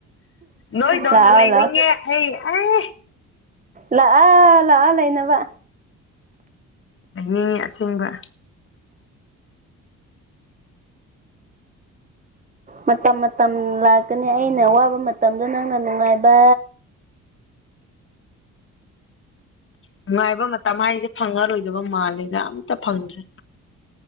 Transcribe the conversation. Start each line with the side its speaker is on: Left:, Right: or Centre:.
Left: ꯅꯣꯏꯗꯧꯅ
Right: ꯂꯥꯛꯑꯣ
Left: ꯂꯩꯅꯤꯡꯉꯦ
Right: ꯂꯥꯛꯑꯣ
Left: ꯑꯩ ꯑꯦ
Right: ꯂꯥꯛꯑꯣ ꯂꯥꯛꯑꯣ ꯂꯩꯅꯕ
Left: ꯂꯩꯅꯤꯡꯉꯤ ꯑꯁꯦꯡꯕ
Right: ꯃꯇꯝ ꯃꯇꯝ ꯂꯥꯛꯀꯅꯤ ꯑꯩꯅ ꯋꯥꯕ ꯃꯇꯝꯗ ꯅꯪꯅ ꯅꯨꯡꯉꯥꯏꯕ
Left: <inaudible> ꯅꯨꯡꯉꯥꯏꯕ ꯃꯇꯝ ꯍꯥꯏꯁꯦ ꯐꯪꯉꯔꯣꯏꯗꯕ ꯃꯥꯜꯂꯦꯗ ꯑꯝꯇ ꯐꯪꯗ꯭ꯔꯦ